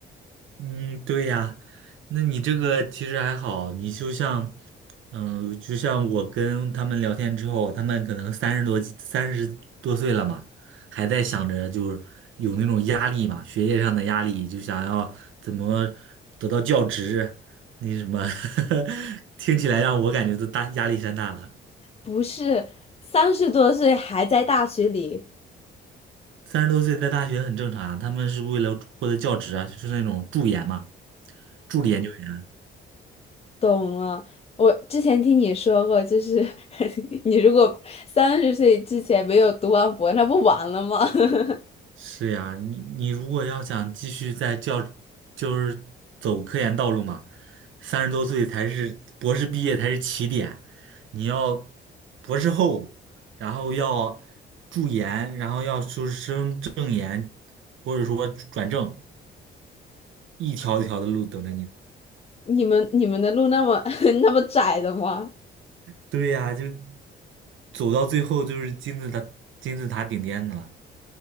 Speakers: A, on the right; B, on the left.
A: 嗯，对呀，那你这个其实还好，你就像，嗯、就像我跟他们聊天之后，他们可能三十多、三十多岁了嘛，还在想着就是有那种压力嘛，学业上的压力，就想要怎么得到教职，那什么，<laughs> 听起来让我感觉都大压力山大了。
B: 不是三十多岁还在大学里。
A: 三十多岁在大学很正常啊，他们是为了获得教职啊，就是那种助研嘛，助理研究员。
B: 懂了，我之前听你说过，就是 <laughs> 你如果三十岁之前没有读完博，那不完了吗？<laughs>
A: 是呀，你你如果要想继续在教，就是走科研道路嘛，三十多岁才是博士毕业才是起点，你要博士后，然后要助研，然后要出升正研，或者说转正，一条一条的路等着你。
B: 你们你们的路那么 <laughs> 那么窄的吗？
A: 对呀，就走到最后就是金字塔金字塔顶点的了。